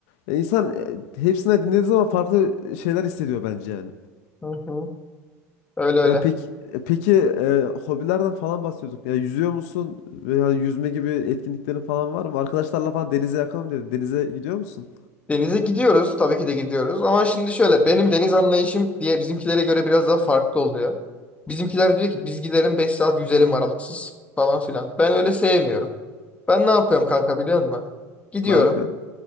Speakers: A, on the left; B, on the left.
A: Ya insan e, hepsine dinlediği zaman farklı şeyler hissediyor bence yani.
B: Hı hı. Öyle öyle.
A: Ya peki peki e, hobilerden falan bahsediyorduk. Ya yüzüyor musun? Veya yüzme gibi etkinliklerin falan var mı? Arkadaşlarla falan denize yakınım dedin. Denize gidiyor musun?
B: Denize gidiyoruz. Tabii ki de gidiyoruz. Ama şimdi şöyle benim deniz anlayışım diye bizimkilere göre biraz daha farklı oluyor. Bizimkiler diyor ki biz gidelim 5 saat yüzelim aralıksız falan filan. Ben öyle sevmiyorum. Ben ne yapıyorum kanka biliyor musun? Gidiyorum.
A: Ne yapıyorsun?